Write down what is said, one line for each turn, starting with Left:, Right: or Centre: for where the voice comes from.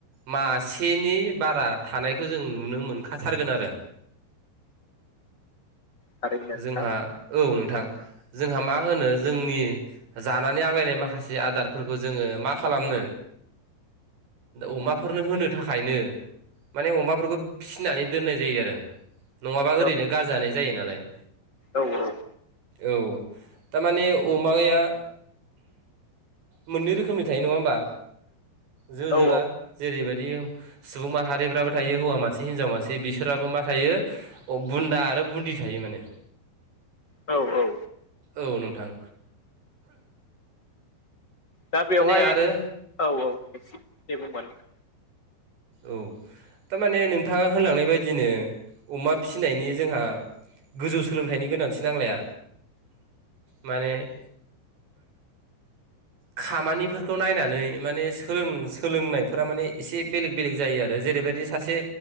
Right: मासेनि बारा थानायखौ जों नुनो मोनखाथारगोन आरो।
Left: थारैनो नोंथां
Right: जोंहा औ नोंथां जोंहा मा होनो जोंनि जानानै आग्लायनाय माखासे आदारफोरखौ जोङो मा खालामनो अमाफोरनो होनो थाखायनो माने अमाफोरखौ फिसिनानै दोननाय जायो आरो नङाबा
Left: औ
Right: ओरैनो गारजानाय जायो नालाय
Left: औ औ।
Right: औ थारमाने अमाया मोननै रोखोमनि थायो नङा होमबा? जो
Left: औ
Right: जोला जेरैबा बिदि सुबुं माहारिफ्राबो थायो हौवा मानसि हिनजाव मानसि बिसोराबो मा थायो अ बुन्दा आरो बुन्दि थायो माने
Left: औ औ
Right: औ नोंथां
Left: दा बेवहाय
Right: माने आरो
Left: औ औ थक्सि बेबोमोन <inaudible>
Right: औ थारमाने नोंथाङा होनलांनाय बायदिनो अमा फिनायनि जोंहा गोजौ सोलोंथाइनि गोनांथि नांलाया माने <inaudible> खामानिफोरखौ नायनानै माने सोलों सोलोंनायफोरा माने एसे बेलेग बेलेग जायो आरो जेरैबायदि सासे